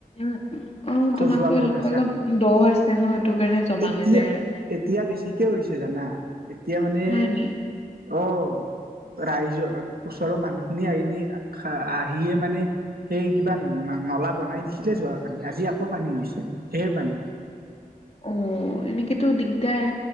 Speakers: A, on the left (about 40°); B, on the right (about 75°).
A: উম অ
B: খজুৱাব
A: তোমালোকৰ সেইডোখৰ
B: গাছা
A: অলপ দ আছে ন সেইটো কাৰণে জমা
B: এতিয়া
A: হৈ যায় আৰু।
B: এতিয়া বেছিকে হৈছে জানা এতিয়া মানে
A: হয় নি
B: অ ৰাইজ ওচৰৰ মানুহখিনি আইনি আহিয়ে মানে সেই কিবা নলা বনাই দিছিলে যোৱাকালি আজি আকৌ পানী হৈছে ঢেৰ পানী।
A: অ এনেকেতো দিগদাৰ।